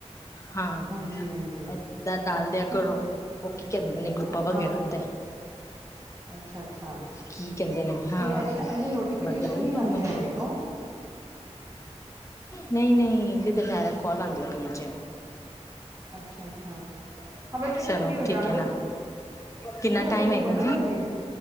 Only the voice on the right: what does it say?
ਹਾਂਜੀ ਹਾਂਜੀ
ਠੀਕ
ਹੈ
ਹਾਂ
ਅੱਛਾ ਅੱਛਾ
ਇਹ ਅੱਛਾ ਇਹਦੇ ਨੋਟੀਫਿਕੇਸ਼ਨ
ਨਹੀਂ
ਆਉਂਦੇ
ਹੈਗੇ ਕ
ਅੱਛਾ ਅੱਛਾ, ਹਾਂ ਬੇਟੀੇ ਠੰਡੀ
ਹੋ
ਜਾਣ
ਦ
ਨਹੀਂ
ਹਜੇ
ਰੁਕੋ
ਨਾ ਭੈਣ ਜੀ,